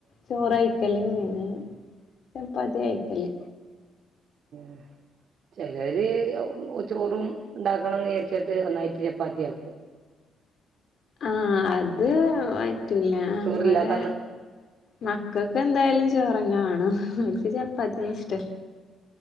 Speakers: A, on the left; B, on the right.
A: ചോറെയിക്കലില്ലല്ലേ പിന്നെ ചപ്പാത്തിയാ കയിക്കല്
B: <inaudible> ചിലര് ചോറും ഉണ്ടാക്കണംന്ന് വിചാരിച്ചിട്ട് നന്നായിട്ട് ചപ്പാത്തിയാക്കും <inaudible>
A: ആ അത് പറ്റൂല്ല
B: ചോറില്ലാത്തന്ന്
A: ഇവടെ മക്കൾക്ക് എന്തായാലും ചോറന്നേ വേണം നിക്ക് ചപ്പാത്തിന്നും ഇഷ്ടല്ല